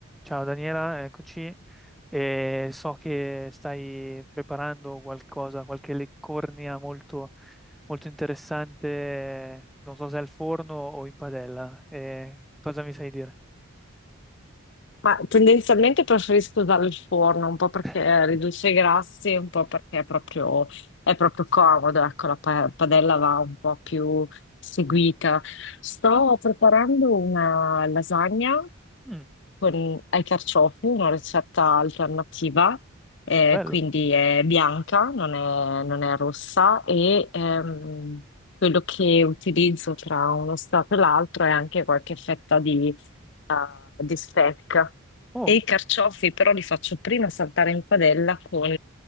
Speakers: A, in the centre; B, on the left (about 55°).
A: Ciao Daniela, eccoci. E so che stai preparando qualcosa, qualche leccornia molto, molto interessante, non so se al forno o in padella. Eh, cosa mi sai dire?
B: Ma tendenzialmente preferisco usare il forno, un po' perché
A: <laughs>
B: eh, riduce i grassi, un po' perché è proprio, è proprio comodo, ecco, la pa- padella va un po' più seguita. Sto preparando una lasagna
A: Mm,
B: con, ai carciofi, una ricetta alternativa, eh,
A: bello.
B: quindi è bianca, non è, non è rossa e ehm, quello che utilizzo tra uno stato e l'altro è anche qualche fetta di, eh, di speck.
A: Oh,
B: E i carciofi però li faccio prima saltare in padella con